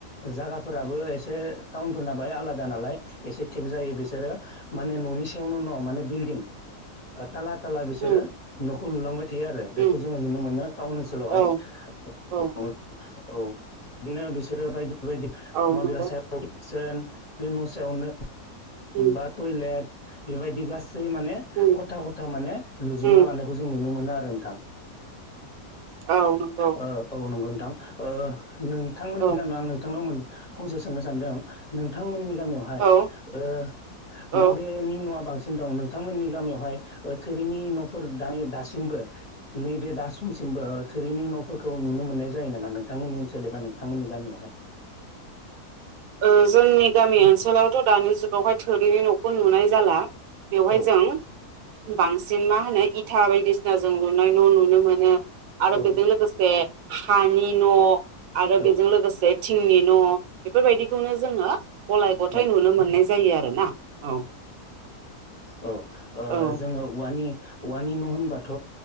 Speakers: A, on the left (about 35°); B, on the right (about 70°).
A: जागाफोराबो एसे टाउनफोरना बाय आलादा नालाय एसे थेग जायो बिसोरो माने न'नि सायावनो न' माने बिल्डिं थाला ताला बिसोरो
B: उम
A: न'खौ लुलांबाय बिदि आरो बेखौ
B: उम
A: जोङो नुनो मोनो टाउन ओनसोलावहाय
B: औ
A: <unintelligible>
B: औ
A: औ बिदिनो बिसोरो बायदि बायदि
B: औ
A: माबे
B: नंगौ
A: सायावसोन बे न' सायावनो
B: उम
A: बा टयलेट बेबायदि गासै माने
B: उम
A: खथा खथा माने लुज जुमना
B: उम
A: लानायखौ जों नुनो मोनो आरो नोंथां।
B: औ नंगौ
A: औ औ नंगौ नोंथां ओ नोंथांमोननि
B: औ
A: गामियाव आं नोंथांनाव फंसे सोंनो सानदों नोंथांमोननि गामियावहाय
B: औ उम
A: ओ
B: ओ
A: माबेनि न'आ बांसि दं नोंथांमोननि गामियावहाय थोरिनि न'फोर दासिमबो नैबे दा खमसिमबो थोरिनि न'फोर खौ नुनो मोननाय जायो नामा नोंथांमोननि ओनसोल एबा नोंथांमोननि गामियावहाय?
B: ओ जोंनि गामि ओनसोलावथ' दानि जुगावहाय थोरिनि न'खौ नुनाय जाला बेवहाय
A: औ
B: जों बांसिन मा होनो इ इथा बायदिसिना जों लुनाय न' नुनो मोनो आरो
A: औ
B: बेजों लोगोसे हानि न' आरो
A: औ
B: बेजों लोगोसे थिंनि न' बेफोरबायदिखौनो जोङो गलाय गथाय
A: औ
B: नुनो मोननाय जायो आरोना। औ
A: औ ओ
B: औ
A: जोङो उवानि औवानि न' होनबाथ'